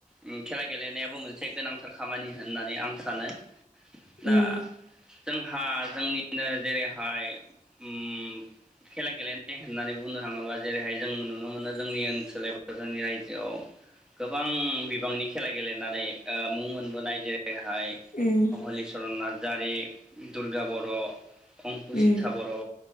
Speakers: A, in the centre; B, on the left (about 65°).
A: उम। खेला गेलेनायाबो मोनसे गोनांथार खामानि होननानै आं सानो। दा
B: उम
A: जोंहा जोंनि। <unintelligible> जेरैहाय। ओम खेला गेलेनाय होननानै बुंनो थाङोब्ला, जेरैहाय जों नुनो मोनो जोंनि ओनसोल एबा जोंनि रायजोआव। गोबां बिबांनि खेला गेलेनानै ओ मुं मोनबोनाय जेरै बेहाय
B: उम
A: हहलिचरन नार नारजारि, दुर्गा बर' अंकुसिथा
B: उम
A: बर'